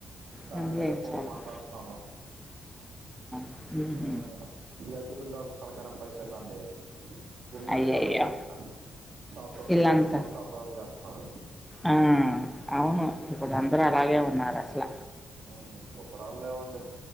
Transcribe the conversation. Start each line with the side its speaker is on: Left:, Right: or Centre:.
Right: దాని
Centre: పనులేం
Right: మీదే ఫోన్
Centre: చాలా
Right: మాట్లాడుతున్నాను
Centre: ఊహు
Right: మ్మ్. ఈ అద్దికుండోళ్లతో తలకై నొప్పైపోయిందండీ. ఉండేది
Centre: అయ్యయ్యో!
Right: నెలైన <inaudible> సంవత్సరం
Centre: ఈళ్ళంతా
Right: చేసే గబ్బంతా ఒక్కరోజు చేత్తున్నారు.
Centre: ఆ అవును ఇప్పుడు అందరూ అలాగే ఉన్నారు అసల
Right: ఊ చూపరాళ్లేవండి